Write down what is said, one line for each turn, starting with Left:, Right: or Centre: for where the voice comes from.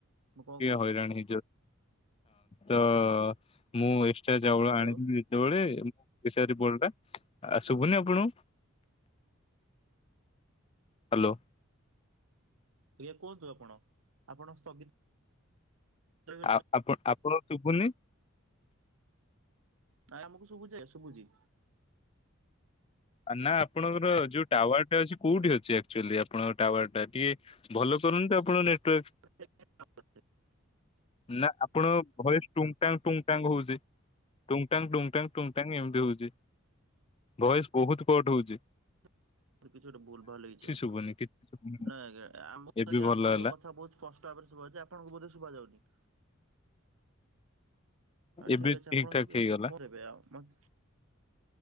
Right: ମୁଁ କଣ
Left: କିଏ
Right: କହୁଥିଲି?
Left: ହଇରାଣ ହେଇ ହଁ ତ ମୁଁ ଏକ୍ସଟ୍ରା ଚାଉଳ
Right: ହ୍ୟାଲୋ,
Left: ଆଣିଥିବି। ଯେତେବେଳେ <inaudible> ଆ ସୁଭୁନି ଆପଣଙ୍କୁ ହାଲୋ
Right: ଆଜ୍ଞା କୁହନ୍ତୁ ଆପଣ ଆପଣ ସ୍ଥଗିତ ରହିଗଲେ
Left: ଆଉ ଆପ ଆପଣଙ୍କୁ ଶୁଭୁନି।
Right: ନାଇଁ ଆମକୁ ଶୁଭୁଛେ ଶୁଭୁଛି
Left: ନା ଆପଣଙ୍କର ଯୋଉ ଟାୱାର ଟା ଅଛି କୋଉଠି ଅଛି ଆକ୍ଚୁଆଲି ଆପଣଙ୍କ ଟାୱାର ଟା ଟିକେ ଭଲ କରନ୍ତୁ ଆପଣ ନେଟୱାର୍କ
Right: <inaudible>
Left: ନା ଆପଣ ଭଏଜ୍ ଟୁଙ୍ଗ ଟାଙ୍ଗ ଟୁଙ୍ଗ ଟାଙ୍ଗ ହଉଚି। ଟୁଙ୍ଗ ଟାଙ୍ଗ ଟୁଙ୍ଗ ଟାଙ୍ଗ ଟୁଙ୍ଗ ଟାଙ୍ଗ ଏମିତି ହଉଚି ଭଏଜ ବୋହୁତ କଟ ହଉଚି।
Right: <inaudible> କିଛି ଗୋଟେ ଭୁଲ୍ ଭାଲ୍ ହେଇଚେ।
Left: ଶୁଭୁନି କିଛି ଶୁଭୁନି
Right: ନାଇଁ ଆଜ୍ଞା ଆମକୁ
Left: ଏବେ
Right: ଆଜ୍ଞା
Left: ଭଲ
Right: ଆପଣଙ୍କ
Left: ହେଲା
Right: କଥା ବହୁତ୍ ସ୍ପଷ୍ଟ ଭାବରେ ଶୁଭା ଯାଉଚି। ଆପଣଙ୍କୁ ବୋଧେ ଶୁଭା ଯାଉନି। ହଁ
Left: ଏବେ
Right: ଠିକ୍ ଅଛି
Left: ଠିକ
Right: ଆପଣ
Left: ଠାକ
Right: ଟିକେ
Left: ହେଇଗଲା
Right: କହିଦେବେ। ଆଉ ମତ୍